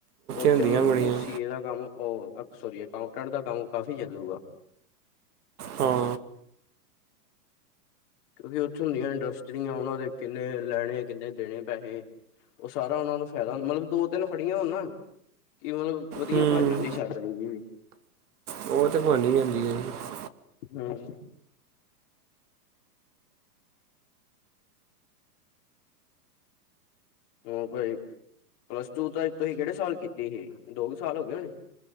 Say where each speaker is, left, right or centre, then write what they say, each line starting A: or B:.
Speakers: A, on the left; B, on the right.
A: ਉੱਥੇ
B: ਹੁੰਦੀਆਂ
A: ਮਤਲਬ
B: ਬੜੀਆਂ
A: ਕਿ ਸੀ ਏ ਦਾ ਕੰਮ ਉਹ ਅਹ ਸੌਰੀ ਅਕਾਉਟੈਂਟ ਦਾ ਕੰਮ ਕਾਫੀ ਚੱਲੂਗਾ।
B: ਹਾਂ।
A: ਕਿਉਂਕਿ ਉੱਥੇ ਹੁੰਦਿਆਂ ਇੰਡਸਟਰੀਆ ਉਹਨਾਂ ਦੇ ਕਿੰਨੇ ਲੈਣੇ ਕਿੰਨੇ ਦੇਣੇ ਪੈਹੇ। ਉਹ ਸਾਰਾ ਉਹਨਾ ਨੂੰ ਫਾਇਦਾ ਮਤਲਬ ਦੋ ਤਿੰਨ ਫੜੀਆਂ ਹੋਨ ਨਾ ਕਿ ਮਤਲਬ ਵਧੀਆ
B: ਹੂੰ
A: ਬਨ ਜਾਂਦੀ ਛਾਤਰੀ ਜੀ ਵੀ।
B: ਉਹ ਤੇ ਬਣ ਹੀ ਜਾਂਦੀ ਹੈ ਜੀ।
A: ਹ। ਉਹ ਭਾਈ ਪਲੱਸ ਟੂ ਤਾ ਤੁਹੀ ਕਿਹੜੇ ਸਾਲ ਕੀਤੀ ਹੀ ਦੋ ਕੁ ਸਾਲ ਹੋ ਗਏ ਹੋਨੇਂ।